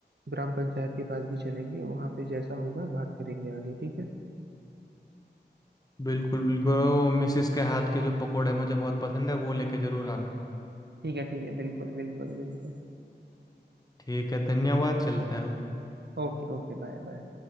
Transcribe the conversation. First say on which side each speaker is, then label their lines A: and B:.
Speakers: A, on the right (about 70°); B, on the left (about 20°).
A: ग्राम पंचायत के पास भी चलेंगे वहां पे जैसा होगा बात करेंगे आगे ठीक है
B: बिल्कुल बिल्कुल और वो मिसिस के हाथ के जो पकोड़े मुझे बहुत पसंद है वो लेके जरूर आना
A: ठीक है ठीक है बिल्कुल बिल्कुल बिल्कुल
B: ठीक है धन्यवाद चलते हैं अब
A: Okay okay Bye bye